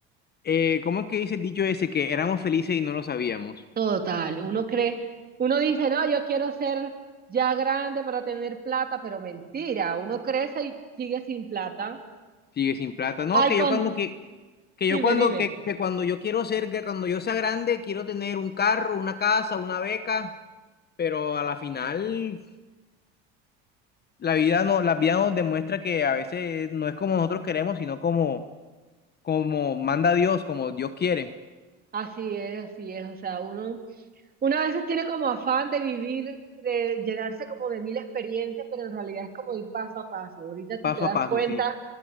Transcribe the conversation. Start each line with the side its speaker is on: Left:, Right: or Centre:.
Left: Eh, ¿cómo es que dice el dicho ese que éramos felices y no lo sabíamos?
Right: Total, uno cree, uno dice, no, yo quiero ser ya grande para tener plata, pero mentira, uno crece y sigue sin plata.
Left: Sigue sin plata. No,
Right: Ay,
Left: que
Right: con,
Left: yo cuando que, que
Right: dime,
Left: yo cuando
Right: dime.
Left: que, que cuando yo quiero ser, que cuando yo sea grande, quiero tener un carro, una casa, una beca, pero a la final la vida no, la vida nos demuestra que a veces no es como nosotros queremos, sino como, como manda Dios, como Dios quiere,
Right: Así es, así es, o sea, uno, una veces tiene como afán de vivir, de llenarse como de mil experiencias, pero en realidad es como ir paso a paso. Ahorita si
Left: paso
Right: te das
Left: a paso,
Right: cuenta,
Left: sí.